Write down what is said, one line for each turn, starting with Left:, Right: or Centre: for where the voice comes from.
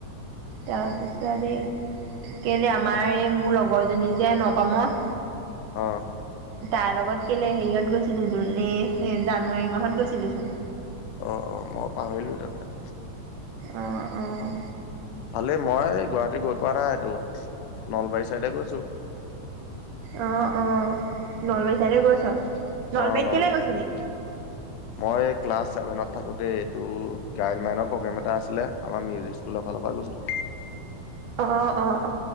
Right: তাৰপিছত
Left: অ',
Right: এই কেলে আমাৰ এই- মোৰ লগৰ জনী যে নপামৰ-
Left: অঁ
Right: তাৰ লগত কেলে হেৰিয়ত গৈছিলো চোন জানুৱাৰী মাহত গৈছিলোচোন
Left: অঁ অঁ মই পাহৰিলোঁ তাতে-
Right: আহঁ অঁ
Left: ভালে মই গুৱাহাটী গৈ পোৱা নাই এইটো নলবাৰী চাইডে গৈছো।
Right: অ অ নলবাৰী চাইডে গৈছ নলবাৰীত
Left: অ', নল
Right: কেলে গৈছিলি?
Left: মই ক্লাছ চছেভেনত থাকোঁতে এইটো গায়ন মাইনৰ প্ৰগ্ৰেম এটা আছিলে আমাৰ মিউজিক স্কুলৰ- ভালৰ পাই গৈছিলো।
Right: অ অ অ